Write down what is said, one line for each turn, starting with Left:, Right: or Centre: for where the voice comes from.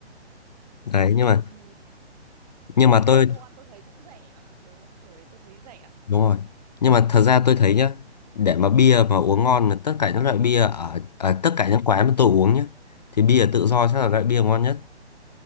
Left: Đấy nhưng
Right: Một
Left: mà
Right: ừ,
Left: nhưng mà
Right: ở
Left: tôi
Right: đấy đồ ăn tôi thấy cũng rẻ bạn ạ. Đồ ăn tôi đấy tôi thấy rẻ lắm.
Left: đúng rồi. Nhưng mà thật ra tôi thấy nhá, để mà bia mà uống ngon là tất cả những loại bia ở, ở tất cả những quán mà tôi uống nhá thì bia tự do chắc là loại bia ngon nhất.